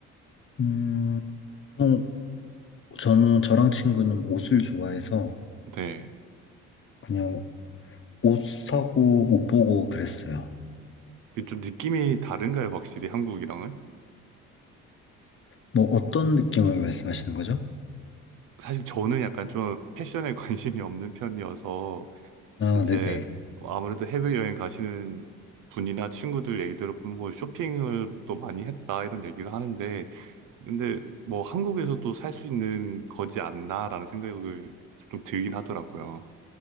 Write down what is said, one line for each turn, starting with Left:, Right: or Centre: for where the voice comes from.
Left: 음, 보통 저는 저랑 친구는 옷을 좋아해서
Right: 네.
Left: 그냥 옷 사고 옷 보고 그랬어요.
Right: 그좀 느낌이 다른가요, 확실히 한국이랑은?
Left: 뭐 어떤 느낌을 말씀하시는 거죠?
Right: 사실 저는 약간 좀 패션에 <laughs> 관심이 없는 편이어서
Left: 아,
Right: 이제
Left: 네네.
Right: 아무래도 해외여행 가시는 분이나 친구들 얘기 들어보면 뭐 쇼핑을 또 많이 했다 이런 얘기를 하는데 근데 뭐 한국에서도 살 수 있는 거지 않나라는 생각을 좀 들긴 하더라고요.